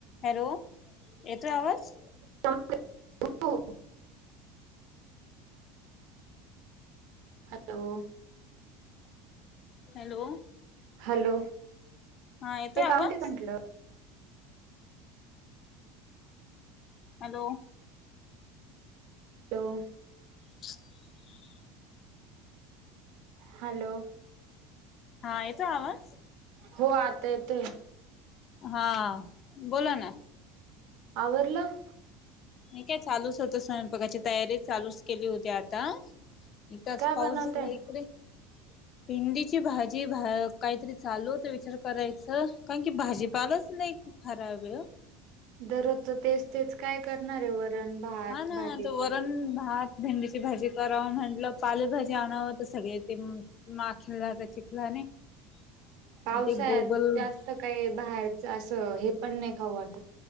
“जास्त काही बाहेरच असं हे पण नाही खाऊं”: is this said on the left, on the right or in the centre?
Right